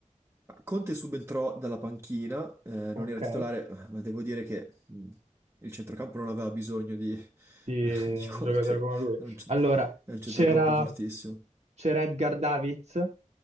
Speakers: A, on the right; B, on the right.
A: Conte subentrò dalla panchina, eh,
B: Ok.
A: non era titolare, ma devo dire che mh, il centrocampo non aveva bisogno di, <laughs> eh,
B: di
A: di
B: un
A: Conte,
B: giocatore come lui.
A: era un, ce-
B: Allora,
A: era un
B: c'era
A: centrocampo fortissimo.
B: c'era Edgar Davids,